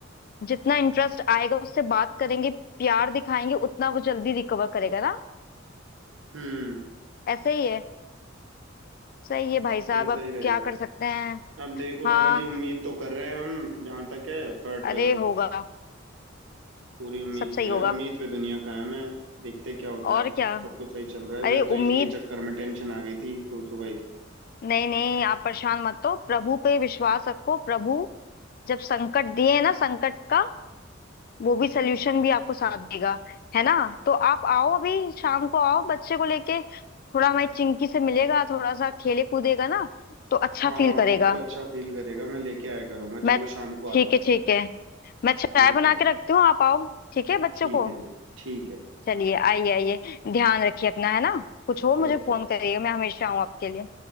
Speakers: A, on the left (about 50°); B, on the right (about 75°).
A: जितना इंटरेस्ट आएगा उससे बात करेंगे प्यार दिखाएंगे उतना वो जल्दी रिकवर करेगा ना
B: हम्म
A: ऐसे ही है सही है भाई साहब
B: ऐसा
A: अब
B: ही रहेगा
A: क्या कर सकते हैं
B: अब देखो
A: हाँ
B: भाभी जी उम्मीद तो कर रहे हैं हम जहाँ तक है बट
A: अरे होगा
B: पूरी उम्मीद
A: सब सही
B: पे
A: होगा
B: है उम्मीद पे दुनिया कायम है देखते क्या होता
A: और
B: है सब
A: क्या
B: कुछ सही चल रहा है
A: अरे
B: मेरे तो इसी
A: उम्मीद
B: के चक्कर में टेंशन आ गई थी सुबह सुबह ही
A: नहीं नहीं आप परेशान मत हो प्रभु पे विश्वास रखो प्रभु जब संकट दिए ना संकट का वो भी सल्यूशन भी आपको साथ देगा है ना तो आप आओ अभी शाम को आओ बच्चे को लेके थोड़ा हमारी चिंकी से मिलेगा थोड़ा सा खेले कूदेगा ना तो अच्छा
B: हाँ
A: फील करेगा
B: तो अच्छा फील करेगा मैं लेके आया करूँगा
A: मैं
B: चलो शाम को आता
A: ठीक
B: हूँ
A: है ठीक है मैं चाय
B: ओके
A: बना के रखती हूँ आप आओ ठीक है बच्चे
B: ठीक
A: को
B: है जी ठीक है
A: चलिए आइए आइए ध्यान रखिए अपना है ना कुछ हो मुझे
B: ओके
A: फोन करिएगा मैं हमेशा हूँ आपके लिए